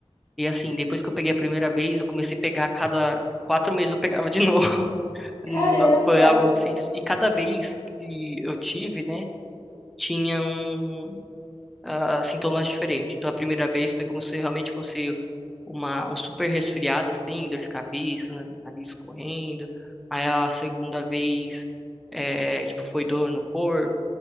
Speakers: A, in the centre; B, on the left.
A: E assim,
B: Sim.
A: depois que eu peguei a primeira vez, eu comecei a pegar a cada quatro meses eu pegava de novo. <laughs> No-
B: Caramba,
A: Foi algo
B: amigo
A: assim. E cada vez que eu tive, né, tinham ah, sintomas diferentes. Então, a primeira vez foi como se realmente fosse uma, um super resfriado, assim, dor de cabeça, na- nariz correndo. Aí, a segunda vez, eh, tipo, foi dor no corpo.